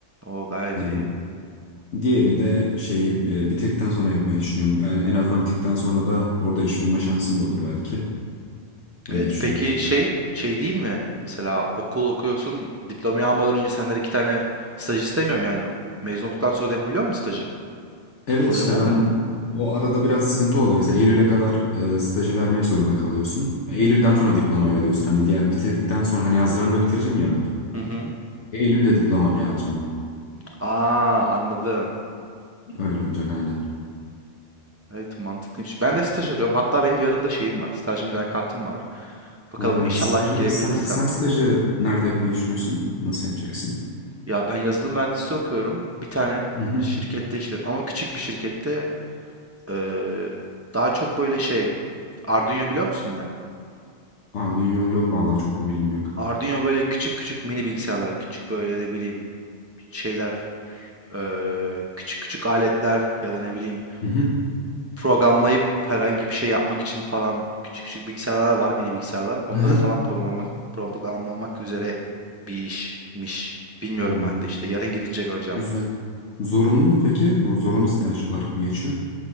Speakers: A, on the right; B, on the left.
A: O gayet
B: E,
A: iyi.
B: diğerini de şey e, bitirdikten sonra yapmayı düşünüyorum. E, en azından bitirdikten sonra da orada iş bulma şansım da olur belki. Öyle
A: Evet,
B: düşünüyorum.
A: peki şey şey değil mi? Mesela okul okuyorsun, diplomayı almadan önce senden iki tane staj istemiyorum yani. Mezun olduktan sonra da yapabiliyor musun stajı?
B: Evet
A: Problem
B: işte
A: olmuyor
B: ben
A: mu?
B: o arada biraz sıkıntı oluyor. Mesela Eylül'e kadar e, stajı vermek zorunda kalıyorsun. Eylül'den sonra diplomayı alıyorsun. Hani diğer bitirdikten sonra hani Haziran'da bitireceğim ya ben.
A: Hı hı.
B: Eylül'de diplomayı alacağım ama.
A: Aa anladım.
B: Öyle olacak aynen.
A: Evet mantıklıymış. Ben de staj arıyorum. Hatta benim yarın da şeyim var. Staj mülakatım var. Bakalım
B: Ha,
A: inşallah
B: stajı
A: girebilirsem.
B: sen, sen stajı nerede yapmayı düşünüyorsun? Nasıl yapacaksın?
A: Ya ben yazılım mühendisliği okuyorum. Bir tane
B: Hı hı.
A: şirkette işte ama küçük bir şirkette Ee, daha çok böyle şey Arduino biliyor musun ne?
B: Arduino yok vallahi çok bir bilgim yok.
A: Arduino böyle küçük küçük mini bilgisayarlar, küçük böyle ne bileyim şeyler, ee, küçük küçük aletler ya da ne bileyim
B: Hı hı.
A: programlayıp herhangi bir şey yapmak için falan küçük küçük bilgisayarlar var, mini bilgisayarlar. Onları
B: Hı hı.
A: falan programla, programlamak üzere bir işmiş. Bilmiyorum
B: Hı,
A: ben de işte yarın gidince göreceğim.
B: Güzel. Zorunlu mu peki? Bu zorunlu staj olarak mı geçiyor?